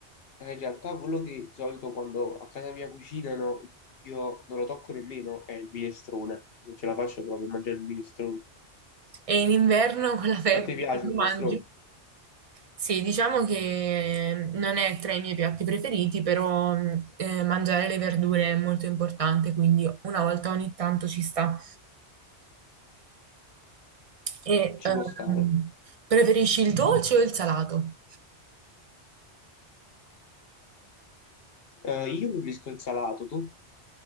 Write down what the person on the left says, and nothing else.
è in realtà quello che di solito quando a casa mia cucinano io non lo tocco nemmeno, è il minestrone. Non ce la faccio proprio a mangiare il minestrone.
A te piace
il minestrone?
Ci
può stare.
Eh, io preferisco il salato, tu?